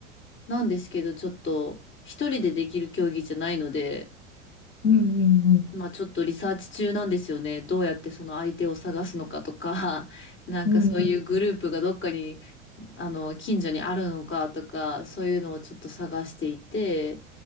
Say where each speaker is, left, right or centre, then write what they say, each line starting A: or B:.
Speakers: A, on the left; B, on the left.
A: なんですけど、ちょっと一人でできる競技じゃないので、
B: うんうん
A: 今ちょっとリサーチ中なんですよね。どうやってその相手を探すのかとか、<laughs> なんかそういうグループがどっかに、
B: うん。うん
A: あの、近所にあるのかとか、そういうのをちょっと探していて、